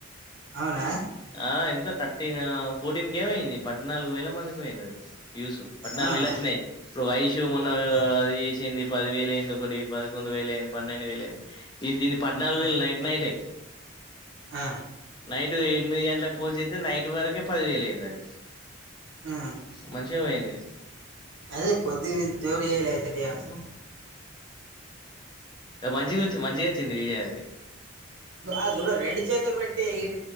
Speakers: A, on the right (about 60°); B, on the left (about 20°).
A: అవునా
B: ఆ ఎంత థర్టీన్ ఫోర్టీన్ కే వోయింది పద్నాలుగు వేల మందికి వోయింది అది ఏసు పద్నాలుగు
A: అవునా
B: వేలు వచ్చినాయి ఇప్పుడు వైషూ మొన్న
A: ఆ,
B: అది చేసింది పది వేలు అయింది ఒకటి పదకొండు వేలు అయింది పన్నెండు వేలు అయింది ఇది దీన్ని పద్నాలుగు
A: ఆ,
B: వేలు నైట్ నైటే
A: ఆ
B: నైట్ డూయిట్ ఎనిమిది గంటలకు పోస్ట్ చేస్తే నైట్ వరకే పది వేలు అయింది అది
A: ఆ.
B: మంచిగా పోయింది
A: అదే కొద్ది వేయింది జోరు ఏయలే తెద్ది హన్సు
B: మంచిగా వచ్చి మంచిగా వచ్చింది వీడియో అది
A: ఆ చూడు రెండు చేతులు వెట్టి ఏయిత్